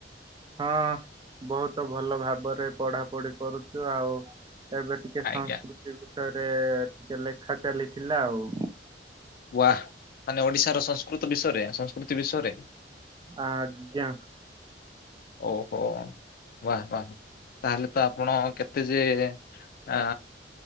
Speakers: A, on the right; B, on the left.
A: ହଁ ବହୁତ ଭଲ ଭାବରେ ପଢାପଢି କରୁଛୁ ଆଉ ଏବେ ଟିକେ ସଂସ୍କୃତି
B: ଆଜ୍ଞା
A: ବିଷୟରେ ଟିକେ ଲେଖା ଚାଲିଥିଲା ଆଉ।
B: ମାନେ ଓଡିଶାର ସଂସ୍କୃତ ବିଷୟରେ ସଂସ୍କୃତି ବିଷୟରେ
A: ଆଜ୍ଞା।
B: ଓହୋ ବାହ ବାହ ତାହେଲେ ତ ଆପଣ କେତେ ତ ଯେ ଅ